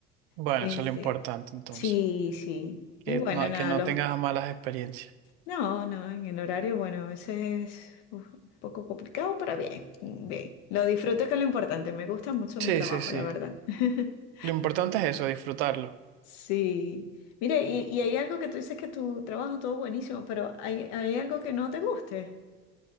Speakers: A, on the right (about 70°); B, on the left (about 70°).
A: Bueno,
B: Este,
A: eso es lo importante entonces.
B: sí, sí.
A: Que
B: Y bueno,
A: no,
B: nada,
A: que no
B: los,
A: tengas malas experiencias.
B: no, no, en el horario, bueno, a veces es uf, un poco complicado, pero bien, bien. Lo disfruto que es lo importante, me gusta mucho
A: Sí,
B: mi trabajo,
A: sí, sí.
B: la verdad. <laughs>
A: Lo importante es eso, disfrutarlo.
B: Sí. Mire, y, y hay algo que tú dices que tu trabajo todo buenísimo, pero hay, hay algo que no te guste.